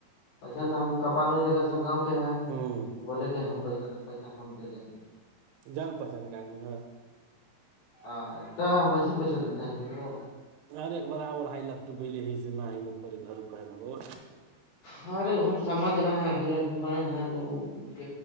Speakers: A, on the left; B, on the right.
A: پیسا تو ہمو کپانو جگا س گاؤں
B: ہوں
A: بولے کہ ہم پس پیسہ ہم دے دیں گے <unintelligible>
B: جان پہچان کا آدمی ہاں
A: ہاں تو مے پیسہ دیتا ہیں ککرا
B: ہر ایک بڑا اڑھ لک ڈوبیلے ہی سے نہات پے گھر کہ لگ وہ
A: ہاںرے ہم سمجھ رہے ہیں اڑھائی لاکھ ڈبائیں ہیں تو چ